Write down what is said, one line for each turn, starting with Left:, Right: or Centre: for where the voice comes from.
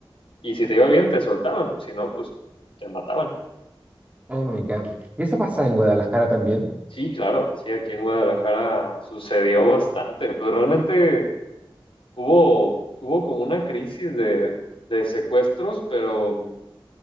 Left: y si te iba bien te soltaban, si no, pues te mataban.
Right: Oh my God. ¿Y eso pasa en Guadalajara también?
Left: Sí, claro, sí, aquí en Guadalajara sucedió bastante, pero realmente hubo, hubo como una crisis de, de secuestros, pero